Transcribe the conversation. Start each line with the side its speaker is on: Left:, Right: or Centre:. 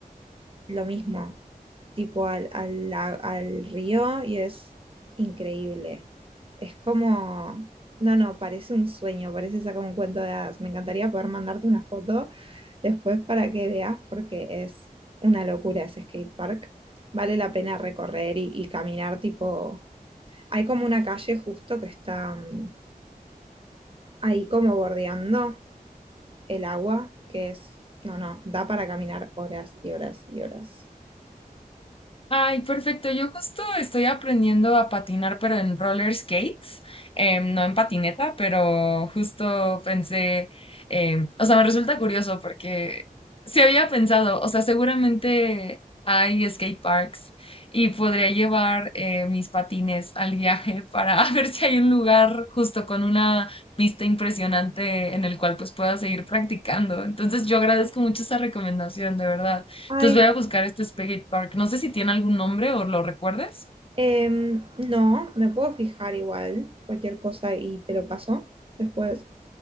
Right: lo mismo, tipo al, al, al río y es increíble. Es como, no, no, parece un sueño, parece sacar un cuento de hadas. Me encantaría poder mandarte una foto después para que veas porque es una locura ese skate park. Vale la pena recorrer y, y caminar tipo... Hay como una calle justo que está mm, ahí como bordeando el agua, que es, no, no, da para caminar horas y horas y horas.
Left: Ay, perfecto. Yo justo estoy aprendiendo a patinar, pero en roller skates, em, no en patineta, pero justo pensé, em, o sea, me resulta curioso porque se había pensado, o sea, seguramente hay skate parks y podría llevar eh, mis patines al viaje para <laughs> ver si hay un lugar justo con una vista impresionante en el cual pues pueda seguir practicando. Entonces, yo agradezco mucho esa recomendación, de verdad.
Right: Ay,
Left: Entonces voy a buscar este Spaghetti Park. No sé si tiene algún nombre o lo recuerdes.
Right: Em, no, me puedo fijar igual, cualquier cosa y te lo paso después.